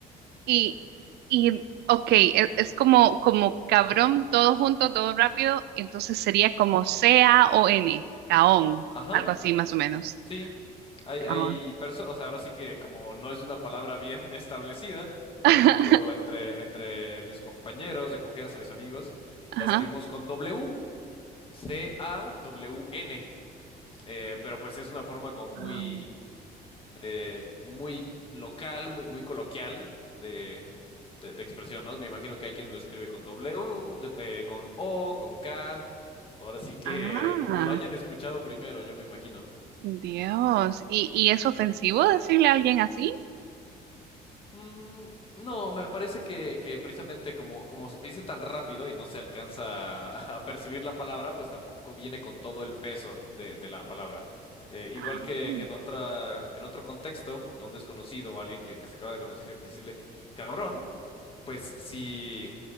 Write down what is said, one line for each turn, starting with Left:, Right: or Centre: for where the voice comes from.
Right: Y, y ok, e- es, como, como cabrón, todo junto, todo rápido, y entonces sería como C-A-O-N, caón,
Left: Ajá
Right: algo así más o menos.
Left: Sí, hay,
Right: Caón.
Left: hay personas, o sea, ahora sí que como no es una palabra bien <laughs> establecida,
Right: <laughs>
Left: por ejemplo, entre, entre mis compañeros de confianza, mis amigos, la
Right: Ajá.
Left: escribimos con W, C-A-W-N, eh, pero pues es una forma como muy,
Right: Caón.
Left: eh, muy local, muy, muy coloquial de, de, de expresión, ¿no? Me imagino que hay quien lo escribe con W, de- eh, con O, con K, ahora sí que
Right: Ah,
Left: como lo hayan escuchado primero, yo me imagino.
Right: Dios. ¿Y, y es ofensivo decirle a alguien así?
Left: Mm, no, me parece que, que precisamente como, como se dice tan rápido y no se alcanza a, a percibir la palabra, pues tampoco viene con todo el peso de, de la palabra. Eh, igual
Right: Ah.
Left: que, que en otra, que en otro contexto, a un desconocido o a alguien que, que se acaba de conocer, decirle cabrón pues sí,